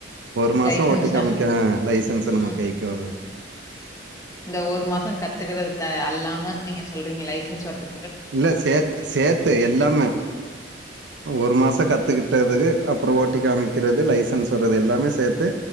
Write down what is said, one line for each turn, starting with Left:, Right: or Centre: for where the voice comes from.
Right: ஒரு மாச
Left: லைசன்ஸ்
Right: ஓட்டி காமிக்க
Left: நமக்
Right: லைசன்ஸ்
Left: ம்
Right: நம்ம கைக்கு வரது
Left: இந்த ஒரு மாச கத்துக்கறது த அல்லாம நீங்க சொல்றீங்க லைசன்ஸ் வர்றது
Right: இல்ல சேத்து சேத்து எல்லாமே ஒரு மாச கத்துக்கிட்டதுக்கு அப்புற ஓட்டி காமிக்கிறது லைசன்ஸ் தர்றது எல்லாமே சேத்து